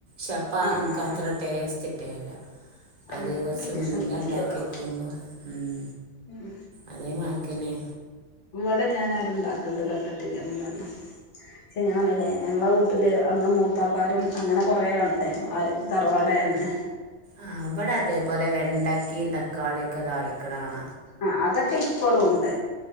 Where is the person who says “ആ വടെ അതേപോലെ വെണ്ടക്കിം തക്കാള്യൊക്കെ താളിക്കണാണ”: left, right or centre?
Right